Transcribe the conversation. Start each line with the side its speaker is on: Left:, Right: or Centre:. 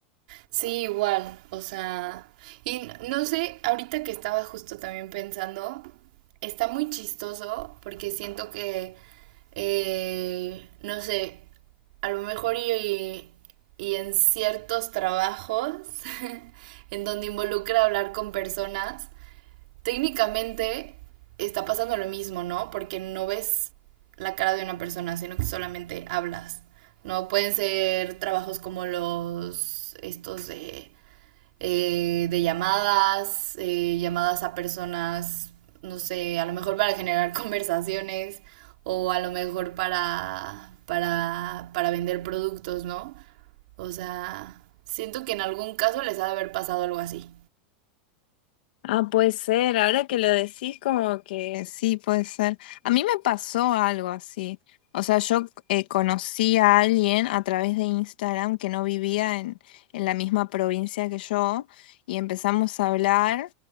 Right: Sí, igual, o sea, y n- no sé, ahorita que estaba justo también pensando, está muy chistoso porque siento que, eh, no sé, a lo mejor y, y en ciertos trabajos <laughs> en donde involucra hablar con personas, técnicamente está pasando lo mismo, ¿no? Porque no ves la cara de una persona, sino que solamente hablas. No pueden ser trabajos como los estos de, eh, de llamadas, eh, llamadas a personas, no sé, a lo mejor para generar <laughs> conversaciones o a lo mejor para, para, para vender productos, ¿no? O sea, siento que en algún caso les ha de haber pasado algo así.
Left: Ah, puede ser, ahora que lo decís como que... Sí, puede ser. A mí me pasó algo así. O sea, yo eh, conocí a alguien a través de Instagram que no vivía en, en la misma provincia que yo y empezamos a hablar